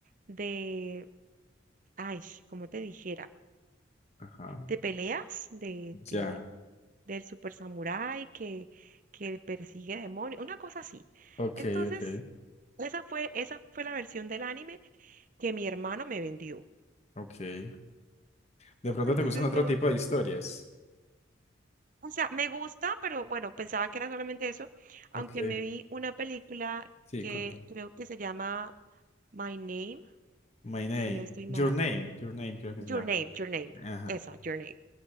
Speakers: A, on the right; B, on the left.
A: de, ay, como te dijera,
B: Ajá.
A: de peleas, de, de,
B: ya.
A: del super samurái que, que persigue demonios, una cosa así.
B: Ok,
A: Entonces,
B: ok,
A: esa fue, esa fue la versión del anime que mi hermano me vendió.
B: ok. De pronto
A: Entonces,
B: te gustan otro
A: no,
B: tipo de historias.
A: o sea, me gusta, pero bueno, pensaba que era solamente eso, aunque
B: Ok.
A: me vi una película
B: Sí,
A: que
B: contame.
A: creo que se llama My Name
B: My name.
A: si no estoy mal,
B: Your name. Your name, creo que
A: Your
B: se llama.
A: Name, Your Name,
B: Ajá.
A: esa, Your Name,